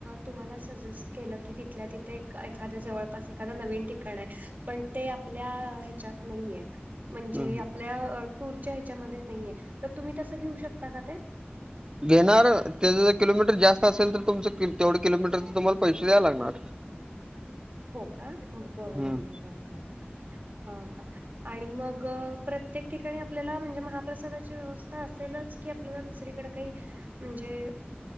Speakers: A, on the right (about 45°); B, on the right (about 20°).
A: तुम्हाला सजेस्ट केलं की तिथल्या ती थे एखाद जवळपास एखाद नवीन ठिकाण आहे पण ते आपल्या ह्याच्यात नाहीये म्हणजे
B: हम्म.
A: आपल्या टूरच्या ह्याच्यामध्ये नाहीये तर तुम्ही तसं घेऊ शकता का ते?
B: घेणार ते जर किलोमीटर जास्त असेल तर तुमचं तेवढं किलोमीटरच तुम्हाला पैसे द्यायला लागणार.
A: हो का बर बर
B: हम्म.
A: बर बर! हा हा, आणि मग प्रत्येक ठिकाणी आपल्याला म्हणजे महा प्रसादाची व्यवस्था असेलच की आपल्याला दुसरीकडे काही म्हणजे